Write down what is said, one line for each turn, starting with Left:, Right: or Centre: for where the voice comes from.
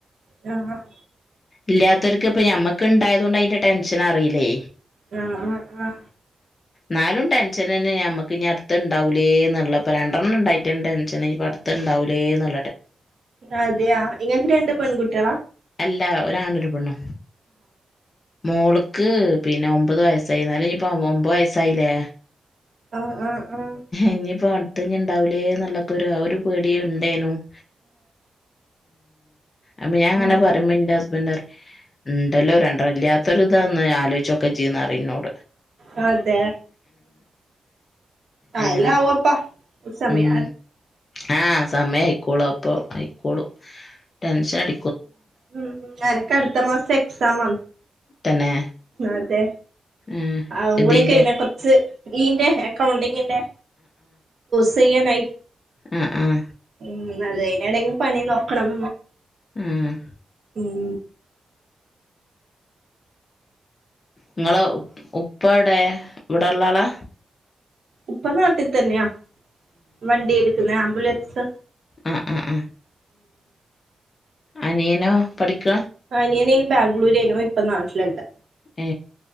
Right: യമ്മം
Left: ഇല്ലാത്തവർക്ക് ഇപ്പ ഞമ്മക്ക് ഇണ്ടായതോണ്ട് അയിന്റെ ടെൻഷൻ അറിയില്ലേ
Right: ആഹ് ഹ ഹ
Left: നാലും ടെൻഷനന്നെ നമുക്ക് ഞ്ഞി അടുത്തഹ് ണ്ടാവുല്ലേന്നുള്ള പ്പ രണ്ടെണ്ണം ണ്ടായിട്ടന്നെ ടെൻഷന് ഇപ്പ അടുത്തുണ്ടാവുല്ലേന്നർ
Right: അതെയാ ഇങ്ങക്ക് രണ്ട് പെൺകുട്ടിളാ
Left: രാ ഒരാണ് പെണ്ണ് മോള്ക്ക് പിന്നെ ഒമ്പത് വയസായി ന്നാലും ഇപ്പ ഒമ്പത് വയ സൈലേ
Right: ആഹ് ആഹ് ആഹ്
Left: ഇനിപ്പ മുത്തങ്ങ ഉണ്ടാവില്ലേ എന്നുള്ളൊക്ക ഒരു ആ ഒരു പേടി ഉണ്ടേനും ഉ അപ്പൊ ഞാൻ അങ്ങനെ
Right: ഉം
Left: പറയുമ്പോ എന്റെ ഹസ്ബൻഡ ആ ഉണ്ടല്ലോ രണ്ടരല്ലാത്തൊരു ഇതാന്ന് ആലോചിച്ചൊക്കെ ചെയ്യുന്ന അറിോട്ട
Right: ആ അതെ
Left: അങ്ങനെ
Right: ആല്ല ആവപ്പാ സമയ
Left: ഉം ആഹ് സമയം ആയിക്കോളൂ അപ്പൊ ആയിക്കോളൂ ടെൻഷൻ അട
Right: ഉ അനക്ക് അടുത്ത മാസം എക്സാം ആ
Left: തന്നെ
Right: അതെ
Left: ഉം
Right: അവൻകൂടെ
Left: ഇതിന്റെ
Right: കൈയില കൊറച്ച് ഇന്റെ കൗണ്ടിങ്ങ ചെയ്യ നായി
Left: ആഹ ആഹ
Right: ഉം അതെനി എടങ്കും പണി നോക്കണം
Left: ആഹ
Right: ഉം
Left: നിങ്ങള് ഉ ഉപ്പടെ ഇവിടെള്ള ആളാ
Right: ഉപ്പ നാട്ടിൽ തന്നെയാ വണ്ടി എടുക്കുന്ന ബലസ്
Left: ആഹ ആഹ ആഹ അനിയനോ പഠിക്ക
Right: ആനിയന ഈ ബാംഗ്ലൂരേനോ ഇപ്പൊ നാട്ടിലുണ്ട്
Left: ഏ